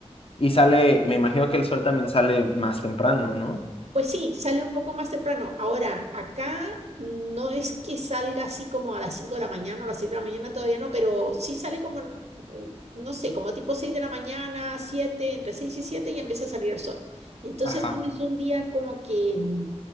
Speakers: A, on the left; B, on the right.
A: Y sale, me imagino que el sol también sale más temprano, ¿no?
B: Pues sí, sale un poco más temprano. Ahora, acá no es que salga así como a las 5 de la mañana o a las 6 de la mañana, todavía no, pero sí sale como, en, u- no sé, como tipo 6 de la mañana, siete entre 6 y siete y empieza a salir el sol. Entonces
A: Ajá.
B: tienes un día como que mm,